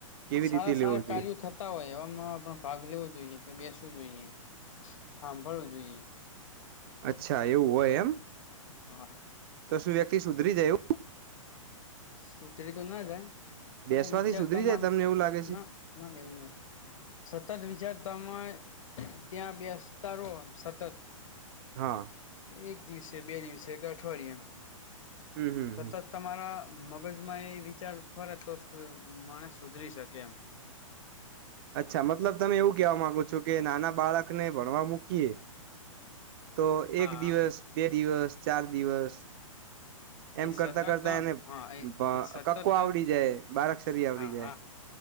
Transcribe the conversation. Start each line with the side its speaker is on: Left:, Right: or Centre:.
Right: કેવી
Left: સારા
Right: રીતે
Left: સારા
Right: લેવો જોઈએ
Left: કાર્યો થતા હોય એવામાં પણ ભાગ લેવો જોઈએ કે બેસવું જોઈએ. સાંભળવું જોઈએ.
Right: અચ્છા એવું હોય એમ
Left: હા.
Right: તો શું વ્યક્તિ સુધરી જાય એવું.
Left: સુધરી તો ના જાય. પણ
Right: બેસવાથી
Left: એ વિચાર
Right: સુધરી
Left: તમારે
Right: જાય તમને એવું લાગે છે
Left: ના ના લેવુંને. સતત વિચારતામાં ત્યાં બેસતા રહો સતત
Right: હા.
Left: એક દિવસે બે દિવસે એક અઠવાડિયે એમ
Right: હમ હમ
Left: સતત
Right: હમ
Left: તમારા મગજમાં એ વિચાર ફરે તો માણસ સુધરી શકે એમ
Right: અચ્છા મતલબ તમે એવું કેવા માંગો છો કે નાના બાળકને ભણવા મૂકીએ તો
Left: હા
Right: એક દિવસ
Left: હા
Right: બે દિવસ ચાર દિવસ
Left: <inaudible>
Right: એમ
Left: એ સતત
Right: કરતા કરતા એને
Left: હા એ
Right: ભ
Left: એ સતત
Right: કક્કો આવડી જાય બારાક્ષરી આવડી
Left: હા
Right: જાય
Left: હા